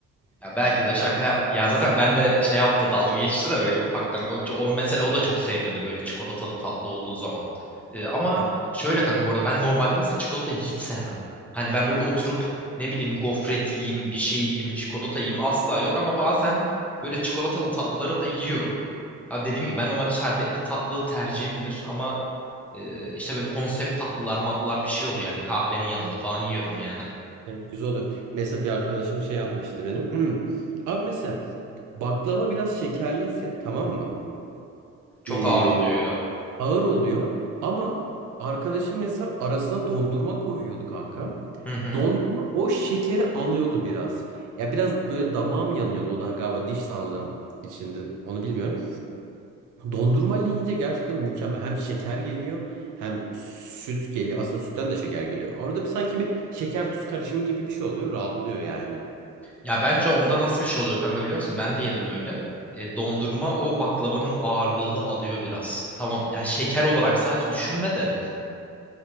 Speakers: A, in the centre; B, on the right (about 75°).
A: ya belki de
B: Ya
A: şaka ya, ya zaten benle şey yaptı dalga geçti de böyle ufaktan. O, o mesela
B: evet.
A: o da çok sevmiyordu böyle çikolatalı tatlı olduğu zaman. E, ama
B: Abi,
A: şöyle kanka bu arada ben normalde mesela çikolatayı hiç sevmem. Hani ben böyle oturup ne bileyim gofret yiyeyim, bir şey yiyeyim, çikolata yiyeyim asla yok ama bazen böyle çikolatalı tatlıları da yiyorum. Abi dediğim gibi ben normalde şerbetli tatlı tercihimdir ama e, işte böyle konsept tatlılar matlılar bir şey oluyor. Yani kahvenin yanında falan yiyorum yani.
B: evet, güzel oluyor. Mesela bir arkadaşım şey yapmıştı benim. <clears throat> Abi mesela baklava biraz şekerliyse tamam mı?
A: Çok
B: Ee,
A: ağır oluyor ya.
B: ağır oluyor. Ama arkadaşım mesela arasına dondurma koyuyordu kanka.
A: Hı hı.
B: Dondurma o şekeri alıyordu biraz. Ya biraz böyle damağım yanıyordu o da galiba diş sağlığım içinde onu bilmiyorum. Dondurmayla yiyince gerçekten mükemmel. Hem şeker geliyor hem süt geliyor. Aslında sütten de şeker geliyor. Orada bir sanki bir şeker tuz karışımı gibi bir şey oluyor. Rahatlıyor yani.
A: Ya bence onda nasıl bir şey oluyor kanka biliyor musun? Ben de yedim öyle. E, dondurma o baklavanın ağırlığını alıyor biraz. Tamam. Ya şeker olarak sadece düşünme de.